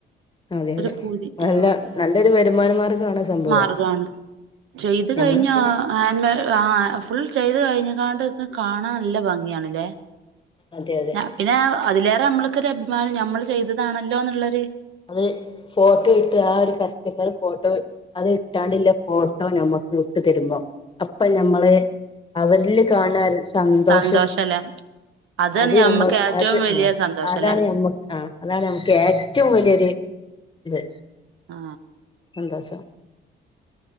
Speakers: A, on the left; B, on the right.
A: അതെ
B: ഒരു
A: അതെ
B: പൂതി
A: നല്ല
B: ആ
A: നല്ലൊരു വരുമാന മാർഗമാണ് സംഭവം
B: മാർഗണ് ചെയ്ത്
A: ഞമ്മളിങ്ങനെ
B: കഴിഞ്ഞ ആൻ ആഹ് ഫുൾ ചെയ്ത് കഴി <unintelligible> കാണാൻ നല്ല ഭംഗിയാണല്ലേ
A: അതെ അതെ
B: <unintelligible> പിന്നെ അതിലേ മ്മൾക്ക് ഒരു അഭിമാനം ഞമ്മൾ ചെയ്തണല്ലോ എന്നുള്ളൊരു
A: അത് ഫോട്ടോ ഇട്ട് ആഹ് ഒരു കസ്റ്റമർ ഫോട്ടോ അത് ഇട്ടാണ്ടില്ല ഫോട്ടോ ഞമ്മക്ക് വിട്ടു തരുമ്പോ അപ്പൊ ഞമ്മള് അവരില് കാണാൻ സന്തോഷം
B: സന്തോഷല്ലേ അതാണ്
A: അത്
B: ഞമ്മക്ക്
A: മ്മൾ
B: ഏറ്റവും
A: അത്
B: വലിയ
A: ആഹ്
B: സന്തോഷല്ലേ
A: അതാണ് നമ്മ ആഹ് അതാണ് മ്മക്ക് ഏ റ്റവും വലിയൊരു ഇത്.
B: ആ
A: സന്തോഷം.